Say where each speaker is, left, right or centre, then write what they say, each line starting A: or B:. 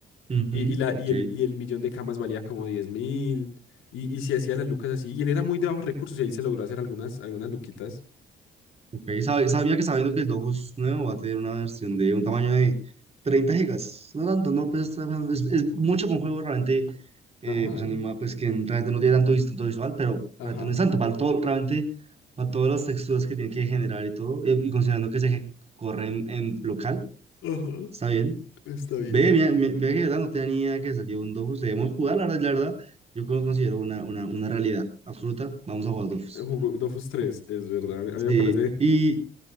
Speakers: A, on the right; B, on the left.
A: Ujú,
B: Y, y la,
A: ok.
B: y, el, y el millón de camas valía como diez mil. Y, y se hacía las lucas así. Y él era muy de bajos recursos y ahí se logró hacer algunas, algunas luquitas.
A: Ok, sabe- sabía que sabiendo que el Dofus nuevo va a tener una versión de un tamaño de 30 gigas. No tanto, no, pues está bien, es, es mucho para un juego realmente, eh,
B: Ajá,
A: pues anima, pues que realmente no tiene tanto distinto visual, pero
B: ajá.
A: realmente no es tanto, para todo, realmente para todas las texturas que tiene que generar y todo, eh, y considerando que se eje- corre en, en local,
B: Ajá,
A: está bien.
B: está bien.
A: Ve, mira, me- ve que de verdad no tenía ni idea que salió un Dofus, debemos jugar, la verdad, la verdad, yo lo considero una, una, una realidad absoluta, vamos a jugar Dofus.
B: eh, Jugó Dofus tres, es verdad. A mí a
A: Sí,
B: mí me parece.
A: y,